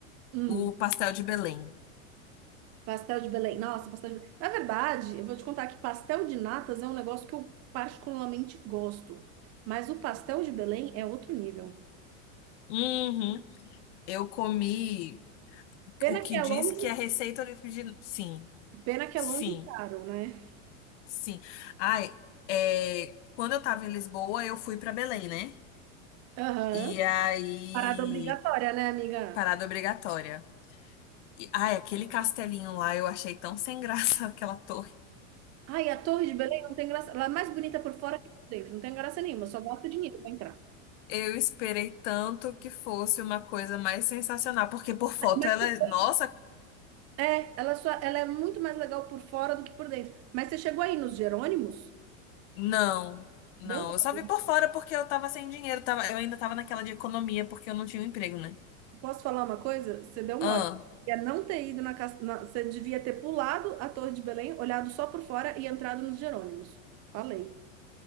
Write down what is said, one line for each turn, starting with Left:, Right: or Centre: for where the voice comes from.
Right: Hum,
Left: O pastel de Belém.
Right: pastel de Belém. Nossa, pastel de Belém. Na verdade, eu vou te contar que pastel de natas é um negócio que eu particularmente gosto. Mas o pastel de Belém é outro nível.
Left: Uhum. Eu comi
Right: Pena
Left: o que
Right: que é
Left: diz
Right: longe,
Left: que é receita original. Sim,
Right: pena que
Left: sim,
Right: é longe e caro, né?
Left: sim. Ai, é, quando eu tava em Lisboa, eu fui pra Belém, né?
Right: Aham.
Left: E aí,
Right: Parada obrigatória, né, amiga?
Left: parada obrigatória. E, ai, aquele castelinho lá eu achei tão sem graça <laughs> aquela torre.
Right: Ai, a Torre de Belém não tem graça. Ela é mais bonita por fora que por dentro. Não tem graça nenhuma, só gasta dinheiro pra entrar.
Left: Eu esperei tanto que fosse uma coisa mais sensacional, porque por foto
Right: <laughs>
Left: ela, é- nossa,
Right: Mas é, ela, só, ela é muito mais legal por fora do que por dentro. Mas você chegou aí nos Jerônimos?
Left: não, não.
Right: Deu mole.
Left: Eu só vi por fora porque eu tava sem dinheiro, tava, eu ainda tava naquela de economia porque eu não tinha um emprego, né?
Right: Posso falar uma coisa? Você deu
Left: Ah,
Right: mole. Ia não ter ido na, cas- na. Você devia ter pulado a Torre de Belém, olhado só por fora e entrado nos Jerônimos. Falei.